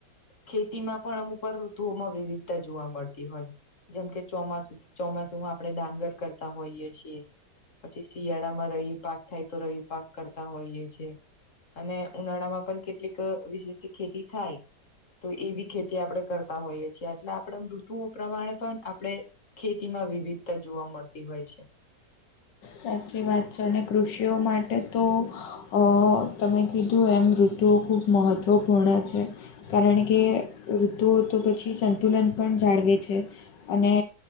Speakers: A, on the left (about 45°); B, on the left (about 85°).
A: ખેતી માં પણ અમુક વાર ઋતુઓમાં વિવિધતા જોવા મળતી હોય. જેમકે ચોમાસું ચોમાસુમાં આપણે ડાંગર કરતા હોઈય છીએ. પછી શિયાળા માં રવિ પાક થાય તો રવિ પાક કરતા હોઈએ છે. અને ઉનાળા માં પણ કેટલીક વિશિષ્ટ ખેતી થાય. તો એવી ખેતી આપણે કરતા હોઈએ છીએ એટલે આપણે ઋતુ ઓ પ્રમાણે પણ આપણે ખેતીમાં વિવિધતા જોવા મળતી હોય છે.
B: સાચી વાત છે અને કૃષિઓ માટે તો. અ તમે કીધું એમ ઋતુ ખૂબ મહત્ત્વપૂર્ણ છે. કારણ કે ઋતુ તો પછી સંતુલન પણ જાળવે છે. અને